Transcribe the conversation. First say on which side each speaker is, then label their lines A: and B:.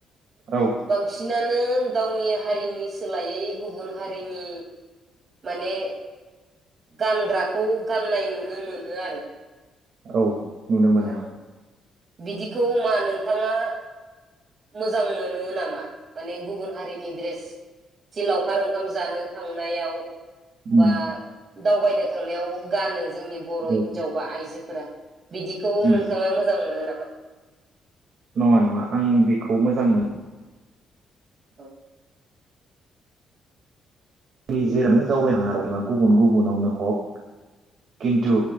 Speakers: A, on the right (about 65°); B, on the right (about 45°).
A: औ
B: बांसिनानो गावनि हारिनि सोलायै गुबुन हारिनि माने गानग्राखौ गाननाय नुनो मोनो आरो।
A: औ नुनो मोनो।
B: अ बिदिखौ मा नोंथाङा मोजां मोनो नामा? माने गुबुन हारिनि ड्रेस जि लावखार ओंखाम जानो थांनायाव
A: उम
B: बा दावबायनो थांनायाव गानो। जोंनि बर'
A: औ
B: हिनजाव बा आइजोफोरा बिदिखौ
A: उम
B: नोंथाङा मोजां नाबा?
A: नंङा नंङा आं बेखौ मोजां मोन
B: औ
A: <inaudible> दावबायनो थाङा गुबुन गुबुनावनो हक खिन्थु